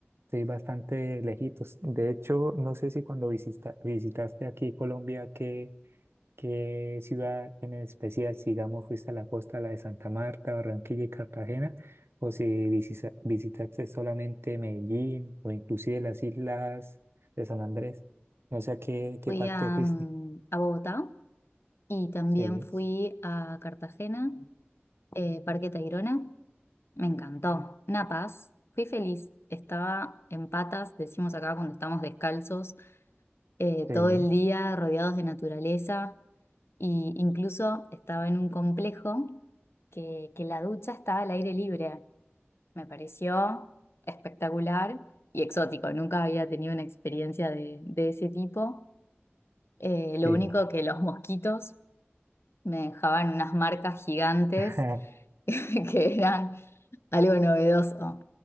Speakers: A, on the right; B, on the left.
A: Estoy bastante lejitos. De hecho, no sé si cuando visita- visitaste aquí Colombia, qué, qué ciudad en especial, si digamos fuiste a la costa, la de Santa Marta, Barranquilla y Cartagena, o si visisa- visitaste solamente Medellín o inclusive las islas de San Andrés. No sé a qué, qué
B: Fui
A: parte
B: a,
A: fuiste.
B: mm, a Bogotá y también
A: Sí,
B: fui a Cartagena eh, Parque Tayrona, me encantó. Una paz, fui feliz. Estaba en patas, decimos acá cuando estamos descalzos, eh,
A: sí,
B: todo el día rodeados de naturaleza. Y incluso estaba en un complejo que, que la ducha estaba al aire libre. Me pareció espectacular y exótico. Nunca había tenido una experiencia de, de ese tipo. Eh, lo
A: sí.
B: único que los mosquitos me dejaban unas marcas gigantes
A: <laughs>
B: <laughs> que eran algo novedoso,